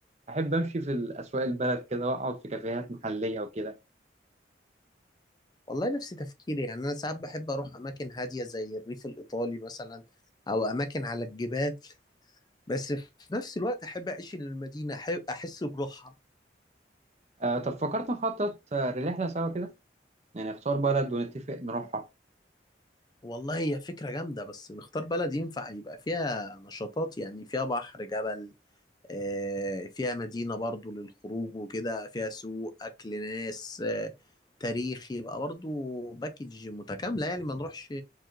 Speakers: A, on the right; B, on the left.
A: أحب أمشي في الأسواق البلد كده وأقعد في كافيهات محلية وكده
B: والله نفس تفكيري يعني أنا ساعات بحب أروح أماكن هادية زي الريف الإيطالي مثلا أو أماكن على الجبال بس في نفس الوقت أحب أعيش المدينة أحب أحس بروحها
A: أه طب فكرت نخطط آه، لرحلة سوا كده يعني نختار بلد ونتفق نروحها
B: والله هي فكرة جامدة بس نختار بلد ينفع يبقى فيها نشاطات يعني فيها بحر جبل آه، فيها مدينة برضو للخروج وكده فيها سوق أكل ناس آه، تاريخ يبقى برضو باكج متكاملة يعني ما نروحش